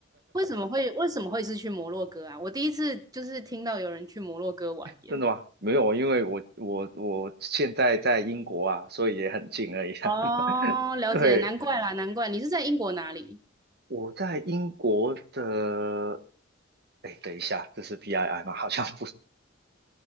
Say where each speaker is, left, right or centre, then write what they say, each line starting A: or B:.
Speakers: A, on the right (about 20°); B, on the right (about 55°).
A: 为什么会为什么会是去摩洛哥啊？我第一次就是听到有人去摩洛哥玩耶。
B: 真的吗？没有啊，因为我我我现在在英国啊，所以也很近而已啊。
A: 哦，
B: <laughs>
A: 了解，
B: 对，
A: 难怪啦，难怪你是在英国哪里？
B: 我在英国的，哎，等一下，这是 PII 吗？好像不是。